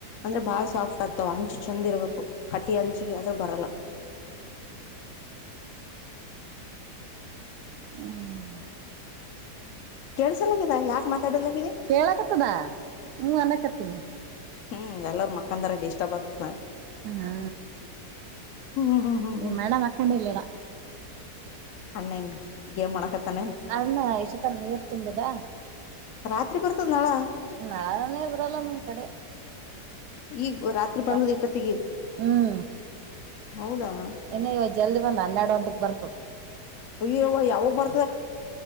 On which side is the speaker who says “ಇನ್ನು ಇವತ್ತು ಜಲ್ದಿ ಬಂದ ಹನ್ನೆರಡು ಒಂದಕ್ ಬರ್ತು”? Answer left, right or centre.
Right